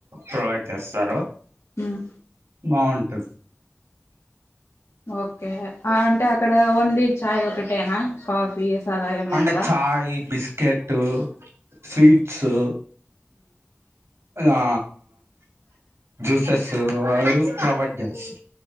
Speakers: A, on the right; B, on the left.
A: ప్రొవైడ్ చేస్తారు
B: ఉమ్
A: బావుంటుంది
B: ఓకే అంటే అక్కడ ఓన్లీ చాయ్ ఒకటేనా కాఫీ అలా ఏమి
A: అంటే
B: ఉండవా
A: చాయ్ బిస్ కెట్టూ స్వీట్సూ ఆ జ్యూసెస్ అవి ప్రొవైడ్ చేస్త